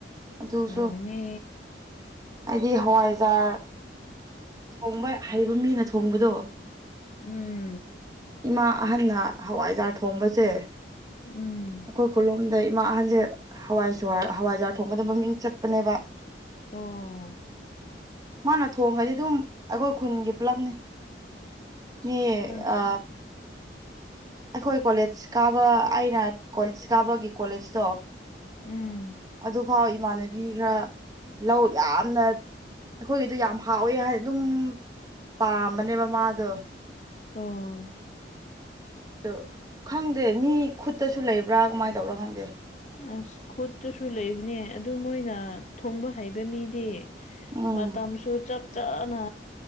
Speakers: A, on the right; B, on the left.
A: ꯑꯗꯨꯁꯨ
B: ꯍꯥꯎꯕꯅꯦ
A: ꯑꯩꯗꯤ ꯍꯋꯥꯏꯖꯥꯔ ꯊꯣꯡꯕ ꯍꯩꯕ ꯃꯤꯅ ꯊꯣꯡꯕꯗꯨ
B: ꯎꯝ
A: ꯏꯃꯥ ꯑꯍꯟꯅ ꯍꯋꯥꯏꯖꯥꯔ ꯊꯣꯡꯕꯁꯦ
B: ꯎꯝ
A: ꯑꯩꯈꯣꯏ ꯈꯨꯂꯣꯝꯗ ꯏꯃꯥ ꯑꯍꯟꯁꯦ ꯍꯋꯥꯏꯖꯍꯔ ꯍꯋꯥꯏꯖꯥꯔ ꯊꯣꯡꯕꯗ ꯃꯃꯤꯡ ꯆꯠꯄꯅꯦꯕ
B: ꯑꯣ
A: ꯃꯥꯅ ꯊꯣꯡꯉꯗꯤ ꯑꯗꯨꯝ ꯑꯩꯈꯣꯏ ꯈꯨꯟꯒꯤ ꯄꯨꯂꯞꯅꯤ ꯏ
B: ꯑꯁ
A: ꯑ ꯑꯩꯈꯣꯏ ꯀꯣꯂꯦꯖ ꯀꯥꯕ ꯑꯩ ꯅꯥ ꯀꯣꯂꯦꯖ ꯀꯥꯕꯒꯤ ꯀꯣꯂꯦꯖꯇꯣ
B: ꯎꯝ
A: ꯑꯗꯨ ꯑꯐꯥꯎ ꯏꯃꯥꯟꯅꯕꯤ ꯈꯔ ꯂꯧ ꯌꯥꯝꯅ ꯑꯩꯈꯣꯏꯒꯤꯗꯣ ꯌꯥꯝ ꯍꯥꯎꯋꯦ ꯍꯥꯏꯅ ꯑꯗꯨꯝ ꯄꯥꯝꯕꯅꯦꯕ ꯃꯥꯗꯣ
B: ꯎꯝ
A: ꯗ‌ꯣ ꯈꯪꯗꯦ ꯃꯤ ꯈꯨꯠꯇꯁꯨ ꯂꯩꯕ꯭ꯔꯥ ꯀꯃꯥꯏꯅ ꯇꯧꯕꯅꯣ ꯈꯪꯗꯦ
B: ꯑꯁ ꯈꯨꯠꯇꯁꯨ ꯂꯩꯕꯅꯦ ꯑꯗꯨ ꯃꯣꯏꯅ ꯊꯣꯡꯕ ꯍꯩꯕ ꯃꯤꯗꯤ
A: ꯎꯝ
B: ꯃꯇꯝꯁꯨ ꯆꯞ ꯆꯥꯅ